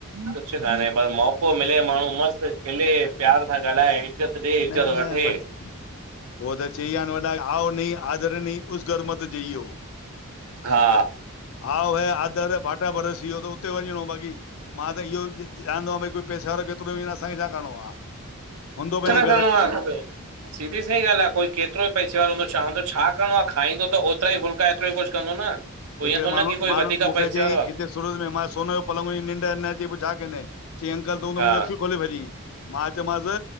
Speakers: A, on the right; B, on the left.
A: कुछ कान्हें, पर मौको मिले माण्हू मस्त खिले प्यार सां ॻाल्हाए। इज़त ॾे इज़त
B: न न
A: वठे।
B: बसि उहो त चईवया न वॾा आऊ नहीं आदर नहीं उस घर मति जईयो।
A: हा
B: अऊ ऐं आदर भाटिया <unintelligible> उते वञिणो बक़ी, मां त इहो चअंदोआं भई कोई पैसेवारो थो तो त असांखे छा करिणों आ। हून्दो पेंजे
A: <unintelligible> सिधी सईं ॻाल्हि आ, कोई केतिरो ई पैसे वारो हूंदो छा हुंदो छा करणो आ खाईंदो त ओतिरा ई फुल्का हेतिरो ई कुछु कंदो न। पोइ
B: हिकिड़े
A: ईअं थो
B: माण्हू,
A: न की कोई
B: माण्हू
A: वधीक
B: मुखें
A: पैसे
B: चयई
A: वारो
B: हिते सूर्य में मां सोने जो पलंग हुजयी निंड न अचई पो छा कंदे? चईं अंकल तूं
A: आहे
B: त
A: हा
B: मुंहिंजियूं अखियूं खोले भॼि, मां चयोमांस